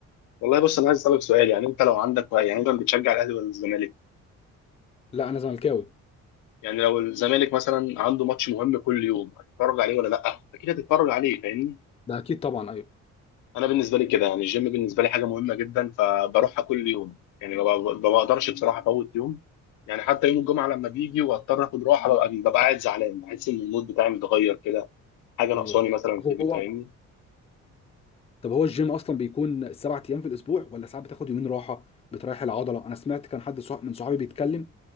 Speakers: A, on the left; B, on the left.
A: والله بص أنا عايز أسألك سؤال يعني أنت لو عندك يعني أنت بتشجع الأهلي ولا الزمالك؟
B: لا انا زملكاوي
A: يعني لو الزمالك مثلا عنده ماتش مهم كل يوم هتتفرج عليه ولا لأ؟ أكيد هتتفرج عليه فاهمني؟
B: ده اكيد طبعا ايوه
A: أنا بالنسبة لي كده يعني الجيم بالنسبة لي حاجة مهمة جدا فبروحها كل يوم يعني ما ب- ما بقدرش بصراحة أفوت يوم يعني حتى يوم الجمعة لما بيجي وأضطر آخد راحة ببقى ببقى قاعد زعلان بحس إن المود بتاعي متغير كده حاجة ناقصاني
B: ايوه
A: مثلا
B: طب هو
A: في البيت، فاهمني؟
B: طب هو الجيم اصلا بيكون سبع ايام في الاسبوع ولا ساعات بتاخد يومين راحه بتريح العضله انا سمعت كان حد صح... من صحابي بيتكلم